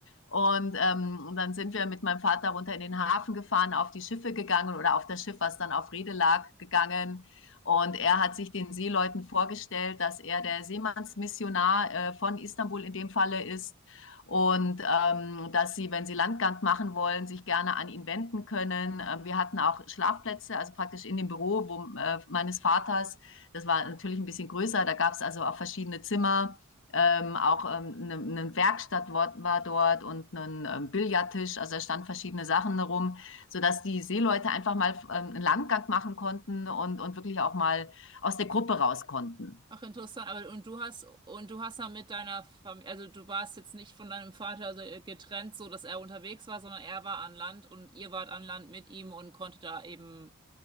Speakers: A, on the left; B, on the right.
A: Und, ähm, und dann sind wir mit meinem Vater runter in den Hafen gefahren, auf die Schiffe gegangen oder auf das Schiff, was dann auf Rede lag, gegangen. Und er hat sich den Seeleuten vorgestellt, dass er der Seemannsmissionar äh, von Istanbul in dem Falle ist und ähm, dass sie, wenn sie Landgang machen wollen, sich gerne an ihn wenden können. Ähm, wir hatten auch Schlafplätze, also praktisch in dem Büro wo, äh, meines Vaters. Das war natürlich ein bisschen größer, da gab es also auch verschiedene Zimmer. Ähm, auch ähm, eine, eine Werkstatt war dort und ein ähm, Billardtisch, also da standen verschiedene Sachen herum, sodass die Seeleute einfach mal ähm, einen Landgang machen konnten und, und wirklich auch mal aus der Gruppe raus konnten.
B: Ach, interessant. Aber und du hast und du hast dann mit deiner Familie, also du warst jetzt nicht von deinem Vater so getrennt, so dass er unterwegs war, sondern er war an Land und ihr wart an Land mit ihm und konnte da eben,